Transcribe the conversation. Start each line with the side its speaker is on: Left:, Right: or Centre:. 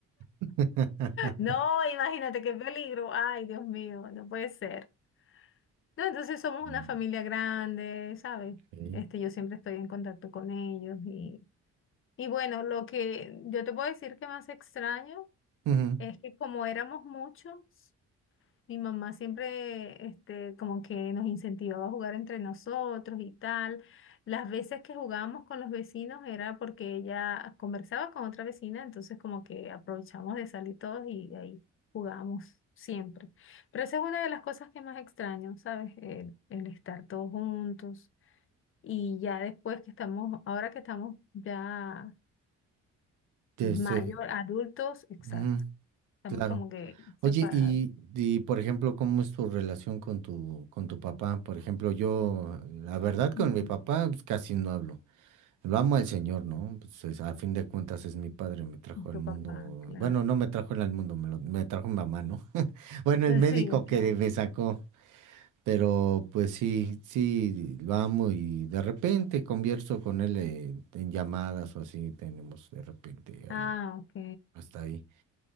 Right: <laughs>
Left: No, imagínate qué peligro. Ay, Dios mío, no puede ser. No, entonces somos
Right: Mm,
Left: una familia grande, ¿sabes?
Right: ok.
Left: Este, yo siempre estoy en contacto con ellos y, y bueno, lo que yo te puedo decir que más extraño
Right: Ujú,
Left: es que como éramos muchos, mi mamá siempre, este, como que nos incentivaba a jugar entre nosotros y tal. Las veces que jugábamos con los vecinos era porque ella conversaba con otra vecina, entonces como que aprovechamos de salir todos y ahí jugábamos siempre. Pero esa es una de las cosas que más extraño, ¿sabes? El, el estar todos juntos. Y ya después que estamos, ahora que estamos ya
Right: de
Left: mayor,
Right: Este,
Left: adultos, exacto.
Right: ujú,
Left: Estamos
Right: claro.
Left: como que separados.
Right: Oye, y, y, por ejemplo, ¿cómo es tu relación con tu con tu papá? Por ejemplo, yo, la verdad, con
Left: Ujú.
Right: mi papá pues, casi no hablo. Lo amo al Señor, ¿no? Pues, es- a fin de cuentas es mi padre, me trajo
Left: Y
Right: al
Left: tu
Right: mundo.
Left: papá, claro.
Right: Bueno, no me trajo él al mundo, me, lo- me trajo mi mamá, ¿no? <laughs> Bueno, el médico
Left: Sí,
Right: que
Left: claro.
Right: me sacó, pero pues sí, sí, lo amo y de repente converso con él eh, en llamadas o así, tenemos de repente
Left: Ah,
Right: ahí,
Left: ok.
Right: hasta ahí.